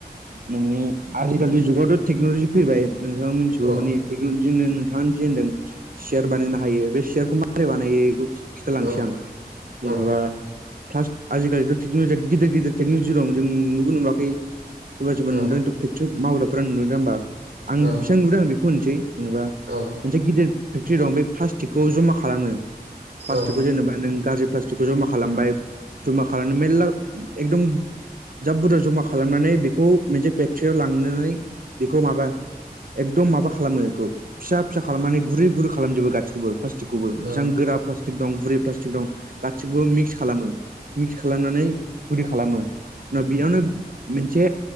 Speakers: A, on the right; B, on the right.
A: नोंनि आजिखालिनि जुगावथ' टेक्न'लजि फैबाय नोंथां मिथिगौ
B: औ
A: माने टेकनलजिनो नोंथां जे होनदों सियार बानायनो हायो बे सियारखौ मा बोरै बानायखौ खिथालांसै
B: औ
A: आं जेनेबा
B: औ
A: फार्स्ट आजिखालिथ' टेक्न'लजिया गिदिर गिदिर टेक्न'लजि दं जों नुबो नुवाखै <unintelligible> सोरबा सोरबा
B: औ
A: नुदों फेक्टरि मावग्राफोरा नुदों दां होमबा आं
B: औ
A: बेसेबां नुदों आं बेखौ होननोसै जेनेबा <unintelligible>
B: औ
A: मोनसे गिदिर फेक्ट्रि दं बे प्लास्टिकखौ जमा खालामो प्लास्टिकखौ
B: औ
A: जेनेबा नों गाज्रि प्लास्टि टिकखौ जमा खालामबाय जमा खालामनो मेर्ला एकदम जा बुरजा जमा खालामनानै बेखौ मोनसे फेक्ट्रियाव लांनानै बेखौ माबा एकदम माबा खालामो बेखौ फिसा फिसा खालामनानै गुरै गुरै खालामजोबो गासिखौबो प्लास टिकखौबो
B: औ
A: बेसेबां गोरा प्लास्टिक दं बुरै प्लास्टिक दं गासिखौबो मिक्स खालामो मिक्स खालामनानै गुरै खालामो उनाव बेयावनो मोनसे